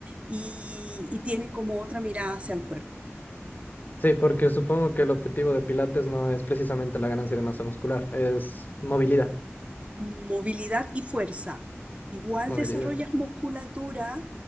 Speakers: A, on the right; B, on the left.
A: y, y tiene como otra mirada hacia el cuerpo.
B: Sí, porque supongo que el objetivo de Pilates no es precisamente la ganancia de masa muscular, es movilidad,
A: Movilidad y fuerza. Igual
B: movilidad.
A: desarrollas
B: pues.
A: musculatura,